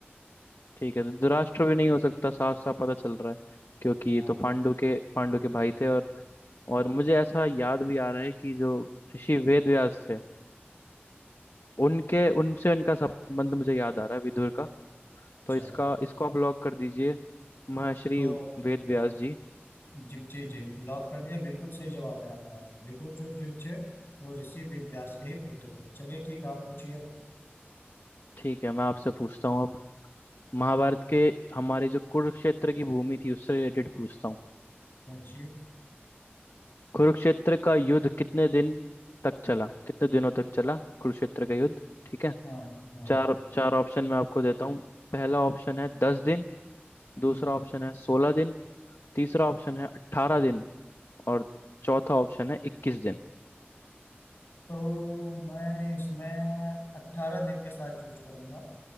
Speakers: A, on the left; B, on the left.
A: ठीक है तो धृतराष्ट्र भी नहीं हो सकता साफ साफ पता चल रहा है क्योंकि ये
B: हाँ
A: तो पांडु के पांडु के भाई थे और और मुझे ऐसा याद भी आ रहा है कि जो ऋषि वेद व्यास थे उनके उनसे उनका संबंध मुझे याद आ रहा है विदुर का
B: अच्छा
A: तो इसका इसको आप लॉक कर दीजिए महर्षि
B: तो
A: वेद व्यास जी
B: जी जी जी लॉक कर दिया बिल्कुल सही जवाब है आपका विदुर जो जो थे वो ऋषि वेदव्यास के ही पुत्र थे चलिए ठीक है आप पूछिए अब
A: ठीक है मैं आपसे पूछता हूँ अब महाभारत के हमारे जो कुरुक्षेत्र की भूमि थी उससे रिलेटेड पूछता हूँ
B: पूछिए
A: कुरुक्षेत्र का युद्ध कितने दिन तक चला कितने दिनों तक चला कुरुक्षेत्र का युद्ध ठीक है
B: हाँ हाँ
A: चार
B: हाँ
A: चार ऑप्शन मैं आपको देता हूँ पहला ऑप्शन है दस दिन
B: हम्म।
A: दूसरा ऑप्शन है सोलह दिन तीसरा ऑप्शन है अट्ठारह दिन और चौथा ऑप्शन है इक्कीस दिन
B: तो मैं इसमें अट्ठारह दिन के साथ चूज करूंगा